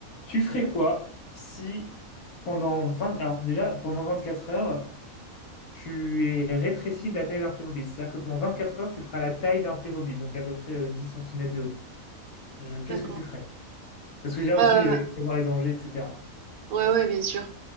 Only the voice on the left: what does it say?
Tu ferais quoi si pendant 20 Alors déjà, pendant 24 heures, tu es rétréci de la taille d'un Playmobil. C'est-à-dire que pendant 24 heures, tu feras la taille d'un Playmobil, donc à peu près euh, 10 cm de haut. Je- Qu'est-ce
que tu ferais? Parce que déjà
aussi, euh, prévoir les dangers, etc.